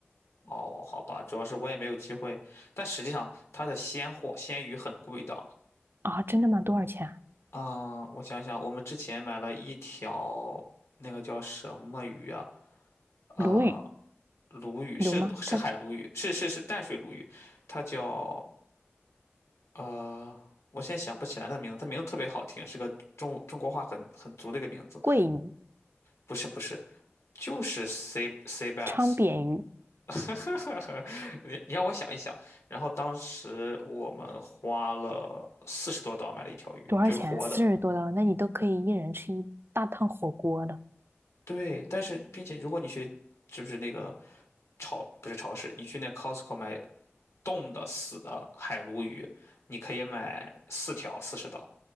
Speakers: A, on the left (about 85°); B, on the right (about 55°).
A: 哦，好吧，主要是我也没有机会，但实际上它的鲜货鲜鱼很贵的。
B: 啊，真的吗？多少钱啊
A: 嗯，我想想，我们之前买了一条那个叫什么鱼啊？呃，
B: 鲈鱼
A: 鲈鱼是是海鲈鱼，
B: 有吗？它
A: 是是是淡水鲈鱼，它叫呃，我现在想不起来那个名字，它名字特别好听，是个中中国话很很足的一个名字。
B: 桂鱼、
A: 不是不是，就是 sea sea bass，
B: 昌扁鱼
A: <laughs> 你你让我想一想，然后当时我们花了四十多刀买了一条鱼，
B: 多少钱啊？
A: 就是活的。
B: 四十多刀，那你都可以一人吃一大趟火锅了。
A: 对，但是并且如果你去，就是那个超不是超市，你去那 Costco 买冻的死的海鲈鱼，你可以买四条四十刀。